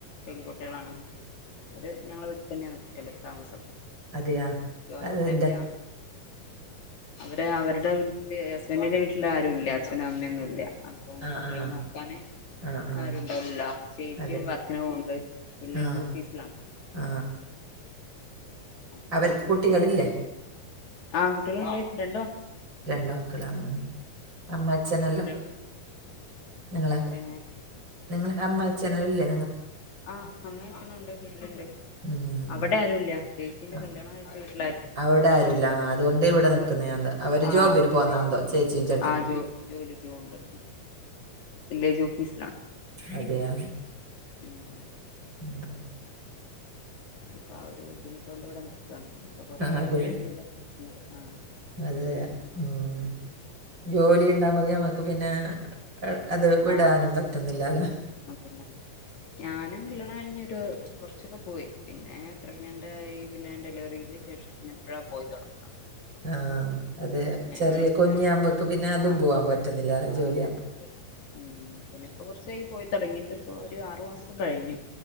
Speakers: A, on the left; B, on the right.
A: പെൺകുട്ടികളാണ് അവര് ഞങ്ങളെ വീട്ടിൽ തന്നെയാ നിക്കല് താമസം
B: അതെയാ
A: ജോയിന്റ്
B: അതെന്ത
A: ഫാമിലിയാ അവര് അവരുടെ വീട്ടില് ഹസ്ബന്റിന്റെ വീട്ടില് ആരൂല്ല അച്ഛനും അമ്മയൊന്നും ഇല്ല അപ്പൊ
B: ആ,
A: കുട്ടികളെ
B: ആ.
A: നോക്കാന്
B: ആ, ആ.
A: ആരുംണ്ടാവില്ല ചേച്ചിയും
B: അതെ.
A: വർക്കിന് പോണ്ട് വില്ലേജ്
B: ആ,
A: ഓഫീസിലാണ്
B: ആ.
A: അപ്പം
B: അവർക്ക് കുട്ടികളില്ലേ?
A: വീട്ടിലാരും ഇല്ല ആഹ് കുട്ടികളുണ്ട് രണ്ടു
B: രണ്ട് മക്കളാണ് അമ്മ അച്ഛനെല്ലാം
A: കുട്ടികളും
B: നിങ്ങളാ
A: ഏ
B: നിങ്ങള അമ്മ അച്ഛനില്ലേ
A: ആഹ് അമ്മഛനുണ്ട് വീട്ടിലുണ്ട്
B: ഉം.
A: അവിടെ ആരും ഇല്ല ചേച്ചിന്റെ
B: അ
A: കല്യാണം കഴിച്ച വീട്ടി
B: അവിടെ ആരുല്ല അതുകൊണ്ട് ഇവിടെ
A: അവിടെ
B: നിക്കുന്നത്
A: ആരും
B: അവര്
A: ആ
B: ജോബിന്
A: അതുകൊണ്ട്
B: പോന്ന എന്തോ ചേച്ചിയും ചേട്ടനും
A: ആ ജോ ജോലിക്ക് പോണ്ട് വില്ലേജ് ഓഫീസിലാണ്
B: അതെയ
A: ഉം
B: ഉം
A: അപ്പൊ ആ ഒരു ബുദ്ധിമുട്ട് കൊണ്ട് ഇവിടെ നിക്കുവാണ് ഇപ്പൊ കൊറച്ചു കഴിഞ്ഞാല്
B: അതെ.
A: <unintelligible>
B: അതെ ഉം ജോലി ഉണ്ടാകുമ്പ മ്മക്ക് പിന്നെ അത് വിടാനും
A: ആ
B: പറ്റുന്നില്ലല്ലോ
A: അതന്നെ ഞാനും കല്യാണം കഴിഞ്ഞ് കുറച്ചൊക്കെ പോയി പിന്നെ പ്രഗ്നന്റ് ആയി പിന്നെ ഡെലിവറിന്റെ ശേഷം പിന്നെ ഇപ്പോഴാ പോയി തുടങ്ങത്
B: ആഹ് അതെ ചെറിയ
A: അങ്ങനെ
B: കുഞ്ഞിയാവുമ്പക്കെ പിന്നെ അതും
A: ആഹ്
B: പോവാൻ പറ്റുന്നില്ല
A: ആഹ്
B: ജോലിയാവുമ്പോ
A: പോകാൻ പറ്റില്ല ഉം പിന്നെ ഇപ്പോ കുറച്ചായി പോയി തുടങ്ങിയിട്ട് ഇപ്പൊ ഒരു ആറുമാസം കഴിഞ്ഞു.